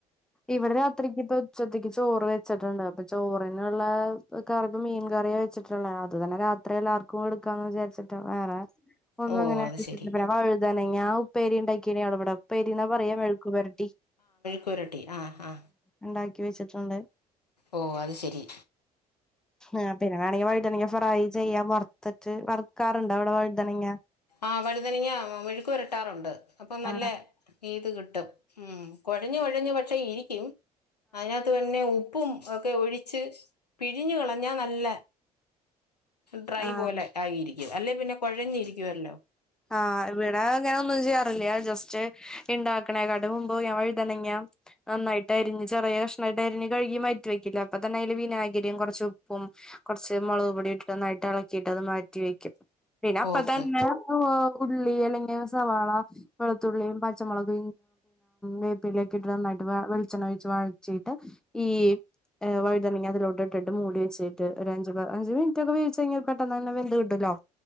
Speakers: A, in the centre; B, on the left.
A: ഇവിടെ രാത്രിക്ക് ഇപ്പ ഉച്ചത്തക്ക് ചോറ് വെച്ചിട്ടുണ്ട് അപ്പൊ ചോറിനുള്ള കറ മീൻ കറിയ ച്ചിട്ടുള്ളേ അത്തന്നെ രാത്രില്ല ആർക്കും എടുക്കാന്ന് വിചാരിച്ചിട്ട് വേറെ ഒന്നും
B: ഓ
A: <unintelligible>
B: അത് ശരി
A: വൈദനങ്ങ ഉപ്പേരി ഉണ്ടാക്കിയ അവടെ ഇവിടെ പേരനാ പറയാ മേഴക്കു പരട്ടി
B: കുരട്ടി ആ ആ
A: ഉണ്ടാക്കി വെച്ചിട്ടുണ്ട്
B: ഓ അത് ശരി
A: ആ പിന്നെ വേണമെങ്കിൽ വഴുതണങ്ങ ഫ്രൈ ചെയ്യാ വറുത്തിട്ട് വറുക്കാറുണ്ടോ അവിടെ വഴുതണങ്ങ
B: ആ വഴുതനങ്ങ മെഴുക്ക് വരട്ടാറുണ്ട് അപ്പൊ നല്ല
A: ആഹ്
B: ഏത് കിട്ടും ഉം കുഴഞ്ഞു കുഴഞ്ഞു പക്ഷെ ഇരിക്കും അതിനകത്ത് തന്നെ ഉ ഉപ്പും ഒക്കെ ഒഴിച്ച് പിഴിഞ്ഞു കളഞ്ഞാ നല്ല ഡ്രൈ
A: ആഹ്
B: പോലെ ആയിയിരിക്കു അല്ലെ പിന്നെ കുഴഞ്ഞിരിക്കുവല്ലോ
A: ആ ഇവിടെ ഇങ്ങനെ ഒന്നും ചെയ്യാറില്ല ജസ്റ്റ് ഉണ്ടാക്കണേ കട മുമ്പ് ഞാൻ വഴുതനങ്ങ നന്നായിട്ടായിരിക്കും ചെറിയ കഷ്ണമായിട്ട് അരി കഴുകി മാറ്റ വെക്കില്ല അപ്പൊ തന്നെ അതില് വിനാഗിരിയും കുറച്ച് ഉപ്പും കുറച്ച് മുളകും <unintelligible> ഇളക്കിയിട്ട് അത് മാറ്റി വെക്കും പിന്നെ അപ്പൊ
B: ഓക്കെ
A: തന്നെ ഉള്ളി അല്ലെങ്കി സവാള വെളുത്തുള്ളി പച്ചമുളക് വേപ്പില നന്നായിട്ട് വെളിച്ചെണ്ണ ഒഴച്ച് വഴച്ചിട്ട് ഈ വഴുണങ്ങി അതിലോട്ട ഇട്ടിട്ട് മൂള വെച്ചിട്ട് ഒരു അഞ്ച് അഞ്ച് മിനിറ്റക്കെ വേവിച്ച യിഞ്ഞാൽ പെട്ടന്നന്നെ പെന്ത്ന്ത് കിട്ടല്ലോ